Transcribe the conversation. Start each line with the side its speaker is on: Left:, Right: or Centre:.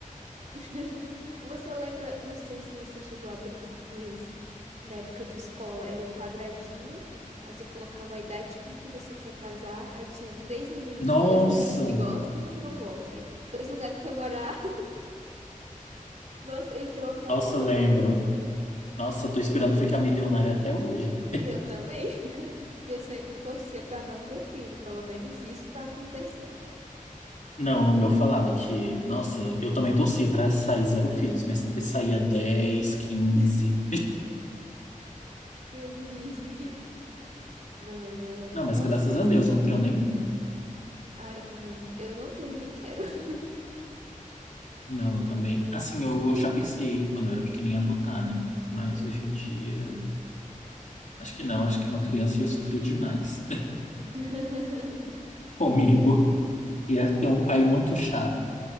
Right: <laughs> Você lembra? Não sei se você chegou a brincar com esse. Na época de escola, era um quadradinho, aí você colocava a idade com que você quer casar, aí tinha três meninos,
Left: Nossa,
Right: dois meninos que gostam e um que não gosta, aí dois lugares que quer morar. <laughs> Nossa, esse eu amava
Left: nossa, lembro.
Right: tanto.
Left: Nossa, tô esperando ficar milionária até hoje.
Right: Eu também. <laughs> E Eu sempre torcia pra não ter filho, pelo menos isso tá acontecendo.
Left: Não, no meu falava que, nossa, eu também torcia pra sair zero filhos, mas sempre saía 10, 15.
Right: <laughs> Deus me livre. Não, mas era.
Left: Não,
Right: Nossa,
Left: mas graças
Right: esse
Left: a Deus
Right: era bom.
Left: eu não tenho nenhum.
Right: Ah, eu também. Eu não tenho e nem quero. <laughs>
Left: Não, eu também. Assim, eu, eu já pensei quando eu era pequenininha em adotar, né? Mas
Right: Uhum.
Left: hoje em dia, acho que não. Acho que uma criança ia sofrer demais
Right: <laughs>
Left: <laughs> comigo. Ia ter um pai muito chato.